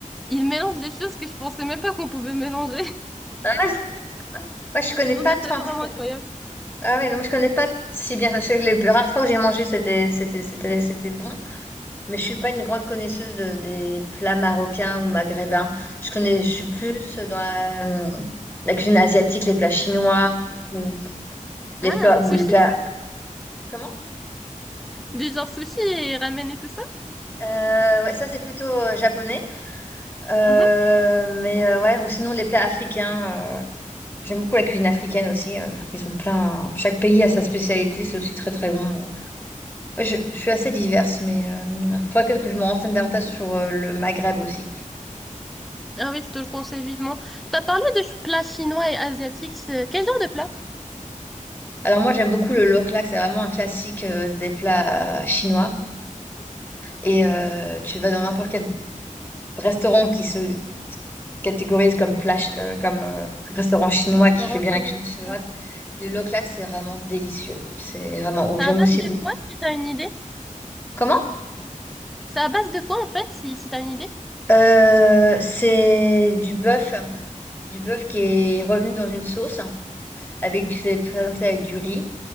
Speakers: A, in the centre; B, on the left.
A: Ils mélangent des choses que je pensais même pas qu'on pouvait mélanger. <laughs>
B: Ah, moi, je, moi, je connais
A: Ils
B: pas
A: ont des
B: tant
A: saveurs
B: que
A: vraiment
B: ça.
A: incroyables.
B: Ah ouais, non, moi je connais pas si bien ça. Je sais que les rares fois que j'ai mangé, c'était, c'était, c'était, c'était bon. Mais je suis pas une grande connaisseuse de- des plats marocains ou maghrébins. Je connais, je suis plus dans la, la cuisine asiatique, les plats chinois ou les
A: Ah,
B: plats ou
A: sushi?
B: les plats. Comment?
A: Du genre sushi et ramen et tout ça?
B: Euh, ouais, ça c'est plutôt euh, japonais. Euh,
A: Mhm.
B: mais euh, ouais, ou sinon les plats africains. euh, j'aime beaucoup la cuisine africaine aussi. euh, ils ont plein. Chaque pays a sa spécialité. C'est aussi très très bon. Ouais, je, je suis assez diverse, mais euh, il faudrait que que je me renseigne davantage sur euh, le Maghreb aussi.
A: Ah oui, je te le conseille vivement. T'as parlé de ch- plats chinois et asiatiques. c'est- Quel genre de plat?
B: Alors moi j'aime beaucoup le loklak, c'est vraiment un classique euh, des plats euh, chinois. Et euh, tu vas dans n'importe quel restaurant qui se catégorise comme plat, ch- euh, comme euh, restaurant chinois
A: Restaurant
B: qui fait bien la
A: chinois.
B: cuisine chinoise.
A: Ah.
B: Le loklak c'est vraiment délicieux. C'est vraiment ouf.
A: C'est
B: J'aime
A: à base
B: aussi
A: de
B: beaucoup.
A: quoi, si t'as une idée?
B: Comment?
A: C'est à base de quoi, en fait, si, si t'as une idée?
B: Euh, c'est du bœuf, du bœuf qui est revenu dans une sauce. avec, tu sais, présenter avec du riz.